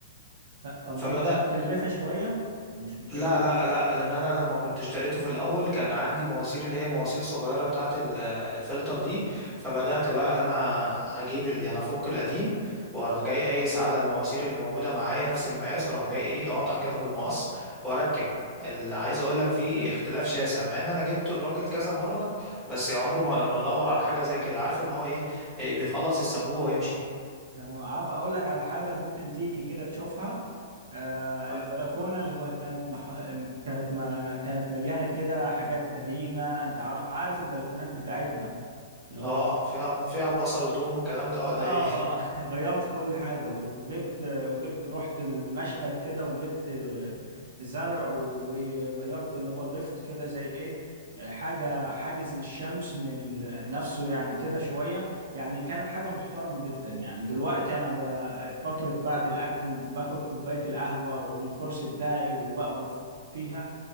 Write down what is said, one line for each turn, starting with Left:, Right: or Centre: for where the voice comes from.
Right: لا طب
Centre: فبدأ
Right: دي مش مكلفة شوية مش مكلفة
Centre: لا لا
Right: والله
Centre: لا لان انا لما كنت اشتريته في الاول كان عندي مواسير اللي هي مواسير صغيره بتاعه ال- الفلتر دي فبدات بقى ان انا اجيب ال- يعني افك القديم واروح جاي قايس على المواسير اللي موجوده معايا نفس المقاس واروح جاي ايه اقطع كده بالمقص واركب اللي عايز اقول لك فيه اختلاف شاسع مع ان انا جبت الراجل كذا مره بس عمره ما ما دور على حاجه زي كده عارف ان هو ايه, إيه بيخلص السبوبه ويمشي
Right: تمام عارف أقول لك على حاجة ممكن تيجي كده تشوفها آه
Centre: بقول
Right: البلكونة اللي هو كانت مح... كانت ما... كانت مليانة كده حاجات قديمة أنت عار- عارف البلكونات بتاعتنا اللي هو
Centre: اه فيها فيها بصل وتوم والكلام ده ولا
Right: اه
Centre: ايه
Right: آه، <laughs> غيرت كل حاجة وجبت وجبت رحت المشتل كده وجبت
Centre: <laughs>
Right: زرع وغيرت اللي هو ضفت كده زي ايه آه، حاجة حاجز للشمس من ال- نفسه يعني كده شوية يعني كانت حاجة محترمة جدا يعني دلوقتي أنا ب- فترة بعد الأكل باخد كوباية القهوة والكرسي بتاعي وبقعد فيها